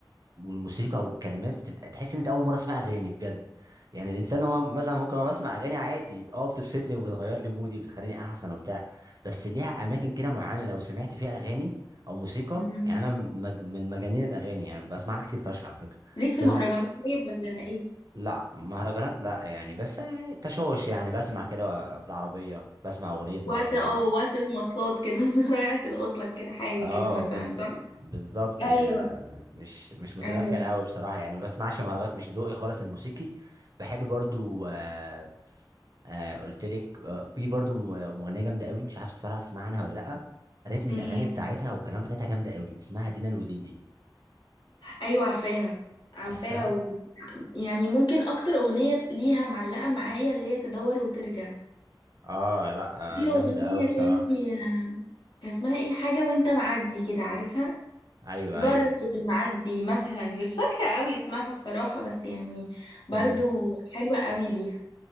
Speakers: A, on the right (about 50°); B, on the left (about 65°).
A: والموسيقى والكلمات بتبقى تحس ان انت اول مره اسمع اغاني بجد يعني الانسان هو مثلا ممكن انا بسمع اغاني عادي اه بتبسطني وبتغير لي مودي بتخليني احسن وبتاع بس ليها اماكن كده معينه لو سمعت فيها اغاني او موسيقى
B: مم.
A: يعني انا مج... من مجانين الاغاني يعني بسمعها كتير فشخ على فكره
B: ليك في
A: فيلم
B: المهرجانات طيب ولا ايه
A: لا مهرجانات لا يعني بس يعني تشوش يعني بسمع كده في العربيه بسمع اغنيه
B: وقت
A: مهرجان
B: اه وقت المواصلات كده <laughs> رايحة القطلك كده حاجة
A: اه
B: كده مثلا
A: بالز...
B: صح
A: بالظبط
B: ايوه
A: يعني مش مش متدخل
B: ايوه
A: قوي بصراحه يعني ما بسمعش مهرجانات مش ذوقي خالص الموسيقي بحب برضو آه آه قلت لك آه في برضو مغنيه جامده قوي مش عارف الصراحه تسمع عنها ولا لا رتم
B: إيه
A: الاغاني
B: هي؟
A: بتاعتها والكلام بتاعتها جامده قوي اسمها دينا الوديدي
B: ايوه عارفاها عارفاها
A: عارفها
B: و... يعني ممكن اكتر اغنية ليها معلقة معايا اللي هي تدور وترجع
A: اه لا
B: في
A: آه جامده
B: اغنية
A: قوي بصراحه
B: تاني آه، كان اسمها ايه حاجة وانت معدي كده عارفها
A: ايوه
B: جرب
A: ايوه
B: اللي معدي مثلا مش فاكرة قوي اسمها بصراحة بس يعني برضو
A: امم
B: حلوة قوي ليها